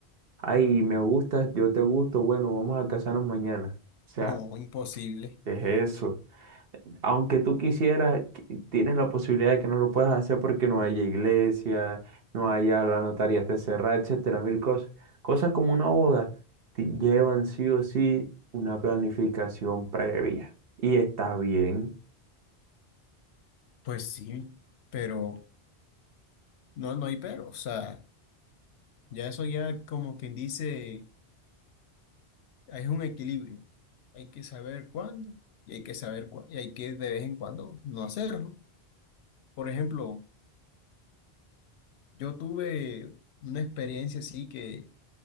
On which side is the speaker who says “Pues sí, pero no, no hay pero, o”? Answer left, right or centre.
Left